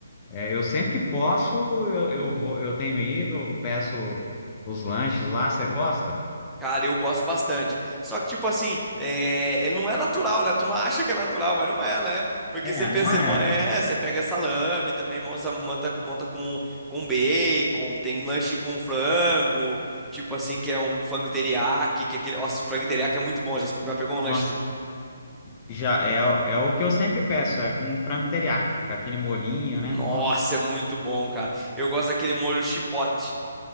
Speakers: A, on the left (about 25°); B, in the centre.
A: É, eu sempre que posso, eu, eu vou, eu tenho ido, peço os lanches lá, você gosta?
B: Cara, eu gosto bastante. Só que, tipo assim, é... ele não é natural, né? Tu acha que é natural, mas não é, né? Porque
A: É,
B: você pensa,
A: não é?
B: mo- é, você pega salame também, monta, monta, monta com, com bacon, tem lanche com frango, tipo assim, que é um frango teriyaki, que é aquele. Nossa, o frango teriyaki é muito bom, já experimentou- pegou um lanche
A: Nossa,
B: de. frango?
A: já é, é o que eu sempre peço, é com frango teriyaki, com aquele molinho, né?
B: Nossa,
A: Nossa,
B: é muito bom, cara. Eu gosto daquele molho chipote